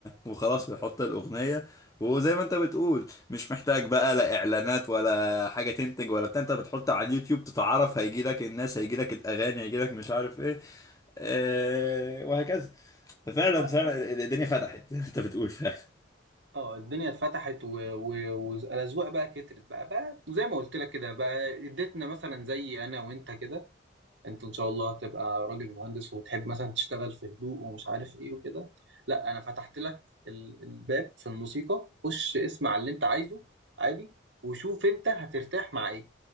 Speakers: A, on the left; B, on the right.
A: وخلاص بيحط الأغنية وزي ما انت بتقول مش محتاج بقى لا اعلانات ولا حاجة تنتج ولا بتاع انت بتحط على اليوتيوب تتعرف هيجي لك الناس هيجي لك الاغاني هيجي لك مش عارف ايه آه، وهكذا ففعلا
B: اه
A: فعلا
B: بس
A: الدنيا فتحت زي ما انت بتقول فعلا
B: اه الدنيا اتفتحت و... و... والاذواق بقى كترت بقى بقى زي ما قلت لك كده بقى اديتنا مثلا زي انا وانت كده انت ان شاء الله تبقى راجل مهندس وتحب مثلا تشتغل في هدوء ومش عارف ايه وكده لا انا فتحت لك ال- الباب في الموسيقى خش اسمع اللي انت عايزه عادي وشوف انت هترتاح مع ايه